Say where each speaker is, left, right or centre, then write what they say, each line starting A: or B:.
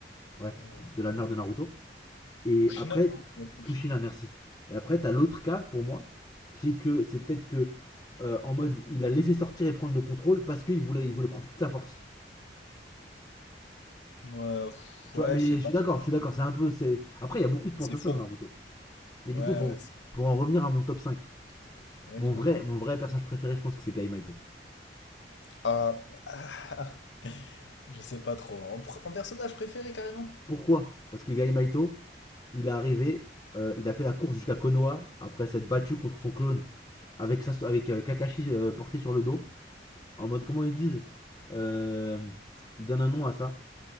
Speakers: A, on the left; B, on the left.
A: Bref,
B: Euh,
A: de la
B: euh,
A: mère de Naruto. Et
B: Kushina,
A: après,
B: Ku- ouais, Kushi-
A: Kushina,
B: ouais.
A: merci. Et après, t'as l'autre cas pour moi, qui est que c'est peut-être que euh, en mode il a laissé sortir et prendre le contrôle parce qu'il voulait, il voulait profiter de sa force.
B: Ouais, pff,
A: Tu
B: ouais,
A: vois, mais
B: je sais
A: je suis
B: pas
A: d'accord,
B: trop.
A: je suis d'accord, c'est un peu. c'est Après, il y a beaucoup de points
B: c'est
A: comme ça
B: fourbe.
A: dans Naruto. Mais
B: Ouais,
A: du coup,
B: ouais,
A: pour,
B: c'est-
A: pour en revenir à mon top cinq
B: ouais,
A: mon
B: dis-moi.
A: vrai, mon vrai personnage préféré, je pense que c'est Gaïmaito
B: Ah, <laughs> ouais, ah, ah. <laughs> je sais pas trop. En, pr- en personnage préféré carrément.
A: Pourquoi Parce que Gaïmaito il est arrivé, euh, il a fait la course jusqu'à Konoha après s'être battu contre son clone avec, sa, avec euh, Kakashi euh, porté sur le dos. En mode, comment ils disent Euh, Il donne un nom à ça.